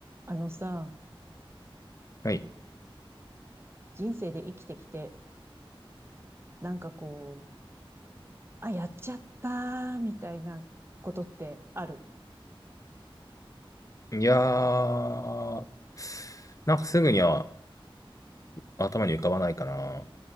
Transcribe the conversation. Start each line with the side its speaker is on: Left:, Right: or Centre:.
Right: あのさ、
Left: はい。
Right: 人生で生きてきて、なんかこう、あ、やっちゃったー、みたいなことってある。
Left: いやー、なんかすぐには頭に浮かばないかな。